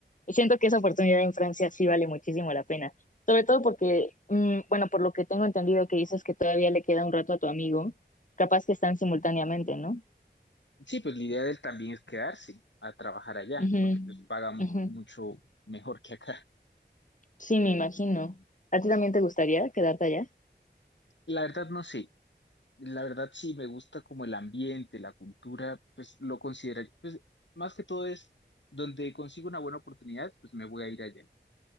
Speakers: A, on the left (about 45°); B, on the left (about 85°).
A: Y Siento que esa oportunidad en Francia sí vale muchísimo la pena. Sobre todo porque, mm, bueno, por lo que tengo entendido que dices que todavía le queda un rato a tu amigo, capaz que están simultáneamente, no
B: Sí, pues la idea de él también es quedarse a trabajar allá
A: Ujú,
B: porque pues pagan
A: ujú.
B: mucho mejor que acá.
A: Sí, me imagino. ¿A ti también te gustaría quedarte allá?
B: La verdad no sé, La verdad sí me gusta como el ambiente, la cultura, pues lo consideraría, pues más que todo es donde consigo una buena oportunidad, pues me voy a ir allá.